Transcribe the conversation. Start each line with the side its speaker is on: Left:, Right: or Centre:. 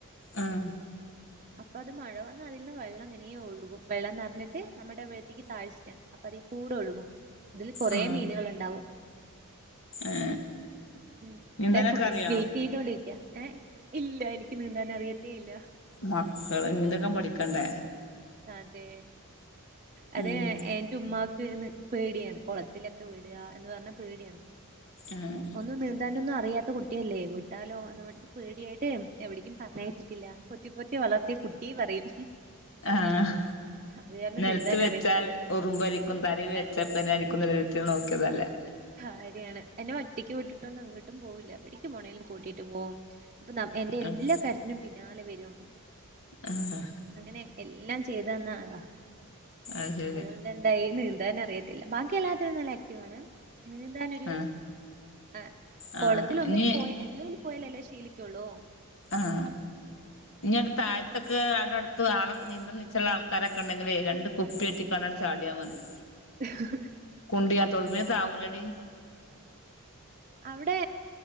Left: ആഹ്
Right: അപ്പൊ അത് മഴ വന്നാ അതിൽന്ന് വെള്ളം ഇങ്ങനേ ഒഴുകും വെള്ളം നെറഞ്ഞിട്ട് നമ്മുടെ അവിടത്തേക്ക് താഴ്ചയാണ് അപ്പ അതീൽ കൂടെ ഒഴുകും അതില് കുറേ
Left: ആ
Right: മീനുകളൊണ്ടാവും
Left: ഏ
Right: ഉം ഇവിടെ
Left: നീന്താനൊക്കെ
Right: കുട്ടി
Left: അറിയോ
Right: വെയിറ്റ് ചെയ്തോണ്ടിരിക്ക്യാ ഏഹ് ഇല്ല എനിക്ക് നീന്താൻ അറിയത്തേ ഇല്ല
Left: മക്കള് നീന്തൊക്കെ പഠിക്കണ്ടേ
Right: അതെ അതെ
Left: ഉം
Right: എന്റെ ഉമ്മാക്ക്ന്ന് പേടിയാണ് കുളത്തിലൊക്കെ വിടുക എന്ന് പറഞ്ഞ പേടിയാണ്
Left: ആ
Right: ഒന്ന് നീന്താനൊന്നും അറിയാത്ത കുട്ടിയല്ലേ വീട്ടാലോ അ പേടിയായിട്ട് എവിടേക്കും പറഞ്ഞ വെച്ചിട്ടില്ല പൊത്തി പൊത്തി വളർത്തിയ കുട്ടീ പറയും
Left: ആഹ്
Right: അത് കാരണം
Left: നിലത്ത്
Right: നീന്താൻ
Left: വെച്ചാൽ
Right: അറിയത്തില്ല
Left: ഉറുമ്പ് അരിക്കും തലയിൽ വെച്ചാൽ
Right: അതെ
Left: പന്നെ അരിക്കുംന്ന രീതിട്ടൽ നോക്കിയതല്ലേ
Right: ഭാര്യാണ് എന്നെ ഒറ്റിക്ക് വിട്ടിട്ട്ന്നും എ ങ്ങോട്ടും പോകൂല്ല എവിടേും പോണേലും കൂട്ടയിട്ട് പോകും അപ്പൊ എൻ്റെ എല്ലാ
Left: ആഹ്
Right: കാര്യത്തിനും പിന്നാലെ വരും
Left: ആഹ
Right: അങ്ങനെ എല്ലാം ചെയ്ത് തന്ന ആളാ
Left: അതതെ
Right: അതുകൊണ്ട് എന്തായി നീന്താ അറിയത്തില്ല ബാക്കി എല്ലാത്തിനും നല്ല ആക്റ്റീവ് ആണ് നീന്താനരു
Left: ആഹ്
Right: ആ
Left: ആഹ്
Right: കുളത്തിൽ ഒന്ന
Left: ഇനി
Right: പോയാ എന്ലും പോയാല അല്ലേ ശീല ളോ
Left: ആഹ ഞട് താഴേ ഇതൊക്കെ അടെ അടുത്ത് ആളേ നിതൽ നിച്ച ഉള്ള ആൾക്കാരൊക്കെ ഉണ്ടെങ്ക രണ്ട് കുപ്പിെട്ടി കണ്ടാ ചാടിയാൻ മതി <unintelligible>
Right: ഹ് ഹ്
Left: കുണ്ട് ഇല്ലത്തോണ്ട് വേം താവൂ ലേഡി
Right: അവിടെ